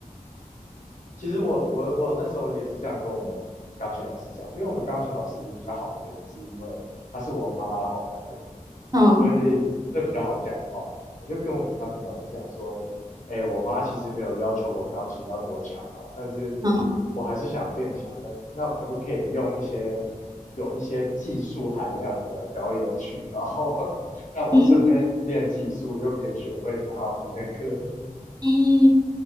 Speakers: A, on the left; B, on the right.
A: 其实我我我那时候也是这样跟我们钢琴老师讲，因为我们钢琴老师比较好的原因是因为他是我妈妈的好朋友，
B: 嗯
A: 所以这比较好讲话。我就跟我们钢琴老师讲说，哎，我妈其实没有要求我钢琴要多强啦，但是
B: 嗯
A: 我还是想变强的。那可不可以用一些有一些技术含量的表演曲，然后 <laughs> 让我顺便练技术，
B: 嗯
A: 又可以学会弹好听的歌？
B: 嗯。